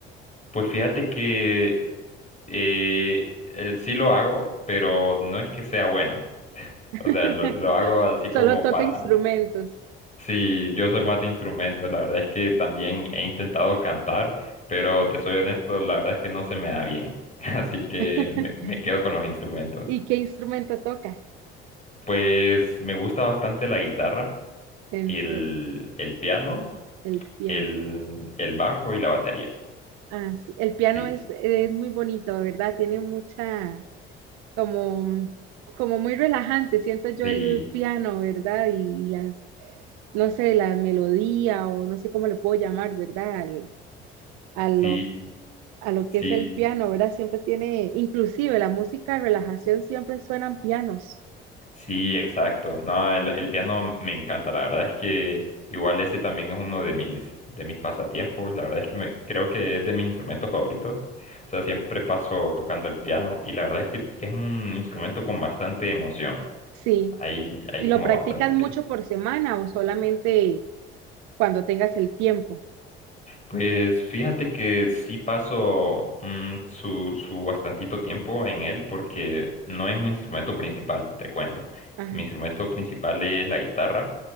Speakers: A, on the left; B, on the right.
A: pues fíjate que eh, eh, sí lo hago, pero no es que sea bueno.
B: <laughs>
A: O sea, lo, lo hago así
B: solo
A: como
B: toca
A: para...
B: instrumentos.
A: Sí, yo soy más de instrumentos. La verdad es que también he intentado cantar, pero te soy honesto, la verdad es que no se me da bien. <laughs> Así que
B: <laughs>
A: me, me quedo con los instrumentos.
B: ¿Y qué instrumento toca?
A: Pues me gusta bastante la guitarra,
B: En
A: el,
B: serio.
A: el piano,
B: El piano.
A: el, el bajo y la batería.
B: Ah, sí. El piano
A: Sí,
B: es, es muy bonito, ¿verdad? Tiene mucha, como, como muy relajante, siento yo
A: sí,
B: el piano, ¿verdad? Y, y las, no sé, la melodía o no sé cómo le puedo llamar, ¿verdad? Al- a lo,
A: sí,
B: a lo
A: sí.
B: que es el piano, ¿verdad? Siempre tiene, inclusive la música de relajación siempre suenan pianos.
A: Sí, exacto. No, el, el piano me encanta. La verdad es que igual ese también es uno de mis, de mis pasatiempos. La verdad es que me, creo que es de mis instrumentos favoritos. O sea, siempre paso tocando el piano y la verdad es que es un instrumento con bastante emoción.
B: Sí.
A: Hay, hay
B: ¿Y
A: como
B: lo practicas
A: bastante,
B: mucho por semana o solamente cuando tengas el tiempo?
A: Pues fíjate que sí paso mm, su, su bastantito tiempo en él porque no es mi instrumento principal, te cuento.
B: Ajá.
A: Mi instrumento principal es la guitarra,